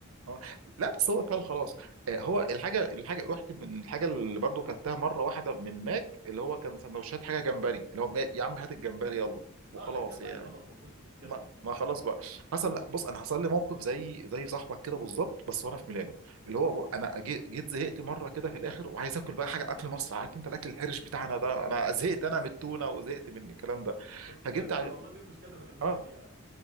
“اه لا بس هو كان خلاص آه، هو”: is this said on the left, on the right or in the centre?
Right